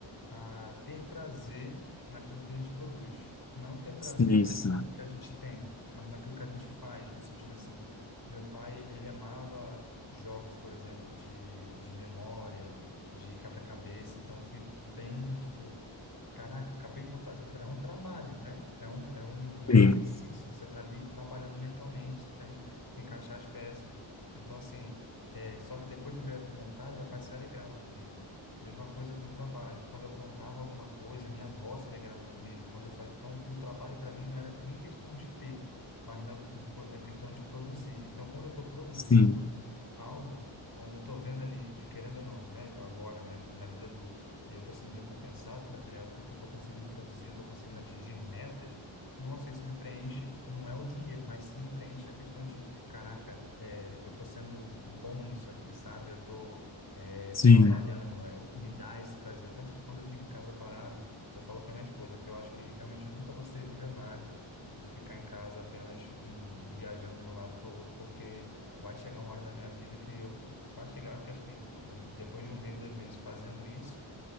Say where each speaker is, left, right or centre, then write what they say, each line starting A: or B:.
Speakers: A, on the left; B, on the left.
A: a ter prazer naquilo que a gente produz. Não ter prazer
B: Sim,
A: naquilo
B: sim,
A: que a gente tem, mas naquilo que a gente faz, no sentido assim. Meu pai, ele amava jogos, por exemplo, de, de memória, de quebra-cabeça, então eu fui bem, tipo, caraca, acabei de montar. É um trabalho, né? É um, é um, é
B: sim,
A: um exercício. Você está ali trabalhando mentalmente, você tem que encaixar as peças. Então, assim, é, só que depois de ver montada, meu pai se alegrava comigo. Mesma coisa com o trabalho. Quando eu plantava alguma coisa, minha avó se alegrava comigo. Quando eu fazia, então, o trabalho para mim não era nem questão de ter, mas não, um co- é questão de produzir. Então, quando eu estou produzindo
B: sim,
A: algo, quando eu estou vendo ali, de querendo ou não, né, agora, né, na vida adulta, e eu estou sendo recompensado para aquele algo porque eu estou conseguindo produzir, eu estou conseguindo atingir metas. Nossa, isso me preenche, não é o dinheiro, mas sim me preenche a questão de, caraca, é, eu estou sendo bom nisso aqui, sabe? Eu estou é,
B: sim.
A: trabalhando, é, me dá esse prazer. Tanto que quando eu fico em casa parado, eu falo com a minha esposa que eu acho que realmente eu nunca vou ser milionário de ficar em casa apenas em- viajando de um lado para o outro, porque vai chegar uma hora da minha vida que eu, vai chegar que acho que tipo, depois de um mês, dois meses fazendo isso,